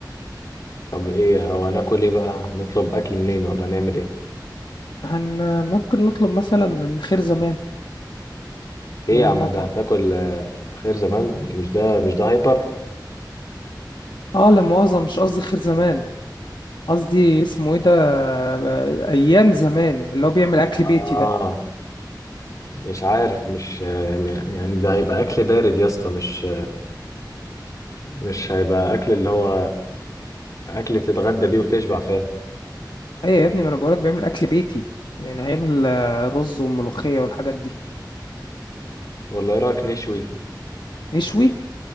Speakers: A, on the left (about 50°); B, on the left (about 75°).
A: طب ايه او هناكل ايه بقى نطلب اكل منين ولا نعمل ايه
B: هن ممكن نطلب مثلا من خير زمان
A: ايه
B: اللي
A: يا
B: هو المطعم
A: عم ده هتاكل آه، خير زمان مش ده مش ده هايبر
B: اه لا مؤاخذة مش قصدي خير زمان قصدي اسمه ايه ده آه، أيام زمان اللي هو بيعمل أكل بيتي
A: اه
B: ده
A: مش عارف مش آه، م- يعني ده هيبقى اكل بارد يا اسطى مش مش هيبقى اكل اللي هو اكل تتغدى بيه وتشبع فعلا
B: أيوة يا ابني ما أنا بقولك بيعمل أكل بيتي يعني هيعمل آه، رز وملوخية والحاجات دي
A: ولا ايه رايك نشوي
B: نشوي